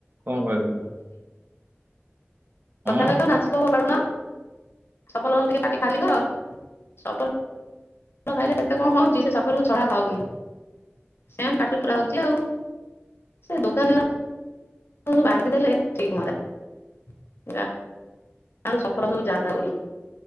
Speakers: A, on the right; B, on the left.
A: କଣ କହିବି। ହୁଁ
B: କଥା କହି ପାରୁନ <unintelligible> ଫୋପଡୁନ। ସପଲ ଟିକେ ପାଟି ଖାଲିବ। <unintelligible> ଫଳ ଖାଇଲେ କେତେ କଣ ହଉଛି ସେ ସଫଲକୁ ଛଡ଼ା ହଉନି ସେମିତି ପାଟିରେ ପୁରା ହଉଛି ଆଉ ସେ ଦୋକାନୀର ବାନ୍ଧି ଦେଲେ ଠିକ ହୁଅନ୍ତା ଗାଁରୁ ସଫଳ ସବୁ ଯାଆନ୍ତା ଉଡି